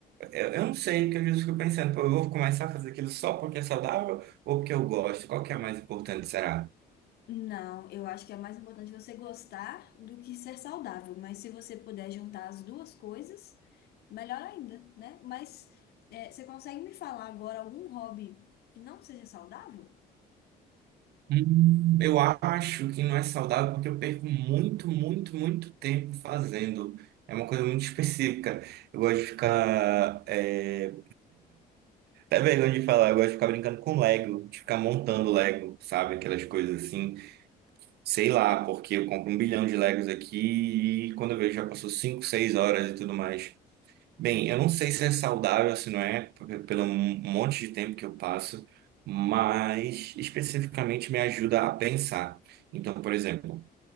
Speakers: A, on the right (about 75°); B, on the left (about 70°).
A: Eu, eu não sei, porque às vezes eu fico pensando, pô, eu vou começar a fazer aquilo só porque é saudável ou porque eu gosto? Qual que é a mais importante, será?
B: não, eu acho que é mais importante você gostar do que ser saudável, mas se você puder juntar as duas coisas, melhor ainda, né? Mas é, você consegue me falar agora algum hobby que não seja saudável?
A: Hum, eu acho que não é saudável porque eu perco muito, muito, muito tempo fazendo. É uma coisa muito específica. Eu gosto de ficar. É... Até vergonha de falar, eu gosto de ficar brincando com Lego, de ficar montando Lego, sabe? Aquelas coisas assim. Sei lá, porque eu compro um bilhão de Legos aqui e quando eu vejo já passou cinco, seis horas e tudo mais. Bem, eu não sei se é saudável, se não é, porque pelo m- monte de tempo que eu passo, mas especificamente me ajuda a pensar. Então, por exemplo,